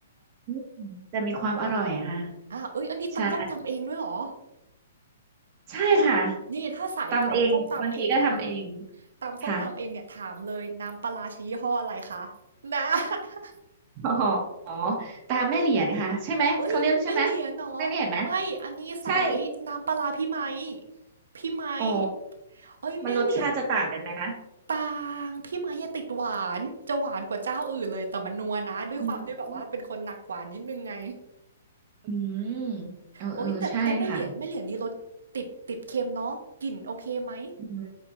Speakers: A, on the right; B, on the right.
A: อืมจะมีความอร่อยอะค่ะ
B: อาเฮ้ยอันนี้ตำส้มตำเองด้วยเหรอ
A: ใช่ใช่ค่ะ
B: นี่ถ้าสายตำส้มตำเองนะ
A: ทำเองบางทีก็ทำเอง
B: ตำส้มตำเองเนี่ยถามเลยน้ำปลาร้าใช้ยี่ห้ออะไรคะ
A: ค่ะ
B: นะ <laughs>
A: อ๋อตาแม่เหรียญค่ะใช่ไหมเขาเรียกใช่ไหม
B: เฮ้ยแม่เหรียญเหรอไม่อันนี้สายน้ำปลาร้าพี่ไมค์
A: แม่เหรียญไหมใช่
B: พี่ไมค์
A: อ๋อ
B: เฮ้ยแม่เหรียญ
A: มันรสชาติจะต่างกันไหมนะ
B: บางพี่ไมค์อะติดหวานจะหวานกว่าเจ้าอื่นเลยแต่มันนัวนะด้วยความที่แบบว่าเป็นคนหนักหวานนิดหนึ่งไง
A: อืมอืมเออเออใช่ค่ะ
B: โอ๊ยแต่แต่แม่เหลียงแม่เหลียงนี่รสติดติดเค็มเนาะกลิ่นโอเคไหม
A: อืม